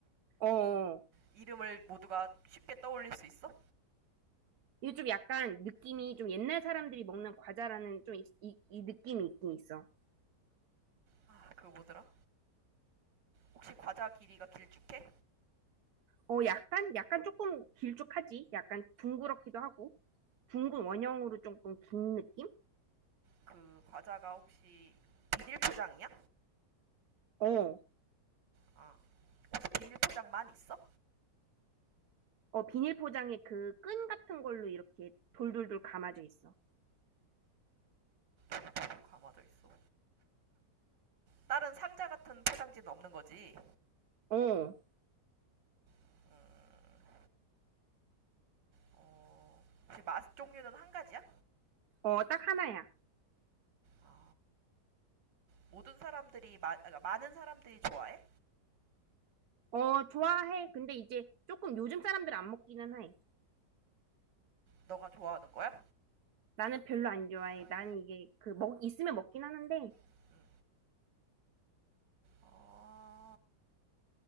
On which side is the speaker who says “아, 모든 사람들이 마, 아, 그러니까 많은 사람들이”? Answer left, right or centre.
Right